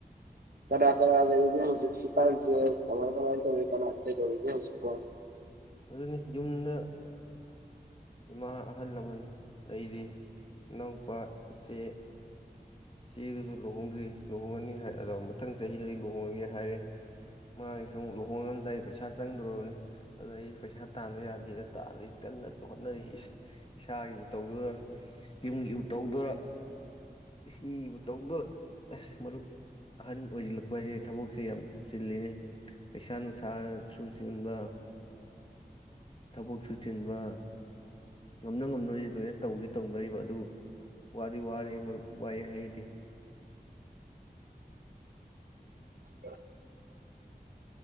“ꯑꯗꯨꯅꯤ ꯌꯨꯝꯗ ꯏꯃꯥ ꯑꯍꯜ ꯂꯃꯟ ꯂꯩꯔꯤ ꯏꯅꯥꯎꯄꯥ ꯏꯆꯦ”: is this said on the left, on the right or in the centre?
Left